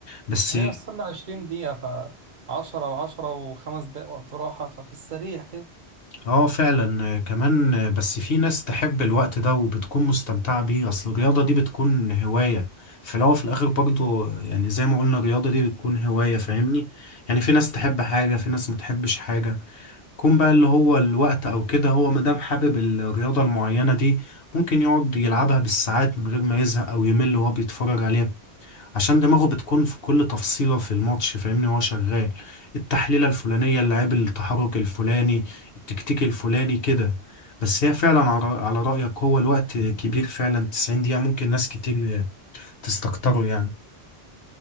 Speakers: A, on the left; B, on the right.
A: بس
B: هي السلة عشرين دقيقة فعشرة وعشرة وخمس دقايق وقت راحة ففي السريع كده
A: اه فعلا آه، كمان آه، بس في ناس تحب الوقت ده وبتكون مستمتعة بيه اصل الرياضة دي بتكون هواية في الاول وفي الاخر برضو يعني زي ما قلنا الرياضة دي بتكون هواية فاهمني يعني في ناس تحب حاجة في ناس ما تحبش حاجة كون بقى اللي هو الوقت او كده هو مادام حابب الرياضة المعينة دي ممكن يقعد يلعبها بالساعات من غير ما يزهق او يمل وهو بيتفرج عليها عشان دماغه بتكون في كل تفصيلة في الماتش فاهمني وهو شغال التحليلة الفلانية اللاعب التحرك الفلاني التكتيك الفلاني كده بس هي فعلا على على رأيك هو الوقت كبير فعلا 90 دقيقة ممكن ناس كتير تستكتره يعني